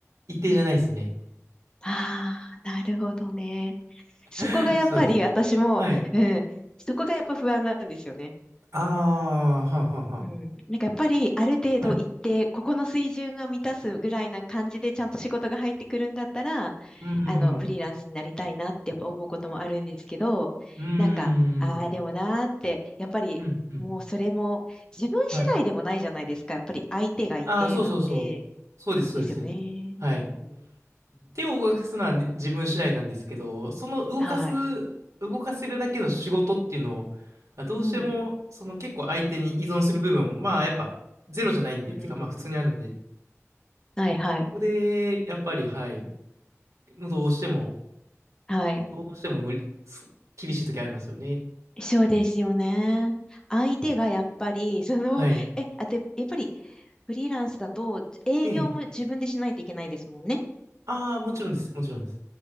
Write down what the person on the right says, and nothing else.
一定じゃないですね。
<laughs> そうです。はい。
ああ、はあはあは
あ。はい。う
ーん。
うー
ん。
うん、うん。はい。
ああ、そうそうそう。そうです、そうです。
はい。
手を動かすのはね自分次第なんですけど、その動かす、
動かせるだけの仕事っていうのを、まあどうしても、
その結構相手に依存する部分も、まあやっぱゼロじゃないんで、
っていうかまあ普通にあるんで、こ
こで、やっぱり、はい、もうどうしても、
どうしても無理、す厳しい時ありますよね。
はい。
ええ。ああ、もちろんです。もちろんです。